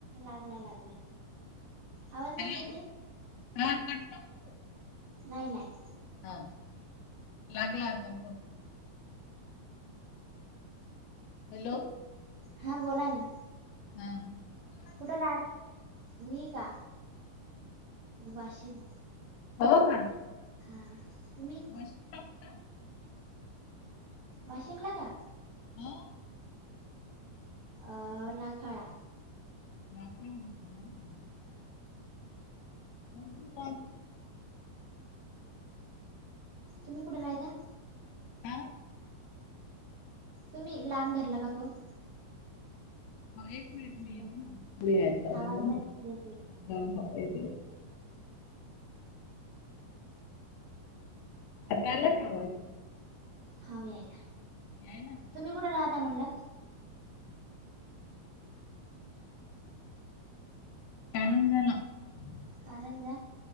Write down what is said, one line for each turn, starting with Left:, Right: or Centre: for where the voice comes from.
Right: लागला लागला. आवाज
Left: हॅलो
Right: नाही येते
Left: <unintelligible>
Right: नाही नाही.
Left: <unintelligible> लागला आता बग. हॅलो.
Right: हां बोला ना.
Left: हम.
Right: कुठं? राहती मी का वाशिम.
Left: हो का?
Right: हा तुम्ही?
Left: <unintelligible>
Right: वाशीमला का?
Left: हो.
Right: अ नाकाळा.
Left: म <unintelligible> <inaudible> <unintelligible>
Right: तुम्ही कुठे राहयता?
Left: का?
Right: तुम्ही लांब धरला का फोन.
Left: एक मिनिट
Right: हॅलो
Left: मी <unintelligible>
Right: आवाज नाही येते
Left: हो येत येतं. आता आला का? आवाज
Right: हाव यायला.
Left: यायला ना.
Right: तुम्ही कुठं राहता म्हटलं?
Left: <unintelligible>
Right: कारंजा.